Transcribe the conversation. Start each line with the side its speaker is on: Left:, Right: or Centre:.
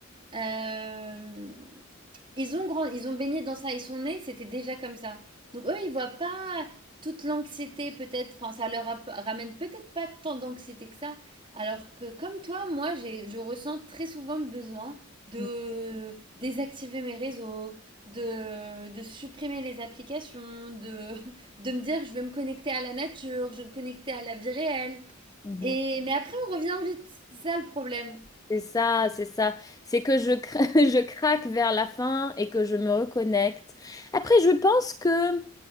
Right: Euh, ils ont grand... ils ont baigné dans ça, ils sont nés, c'était déjà comme ça. Donc eux, ils voient pas toute l'anxiété peut-être, enfin ça leur app- ramène peut-être pas tant d'anxiété que ça, alors que comme toi, moi, j'ai, je ressens très souvent le besoin de
Left: Mm,
Right: désactiver mes réseaux, de, de supprimer les applications, de, <laughs> de me dire je vais me connecter à la nature, je vais me connecter à la vie réelle.
Left: mhm.
Right: Et mais après, on revient vite, c'est ça le problème.
Left: C'est ça, c'est ça. C'est que je, cra- <laughs> je craque vers la fin et que je me reconnecte. Après, je pense que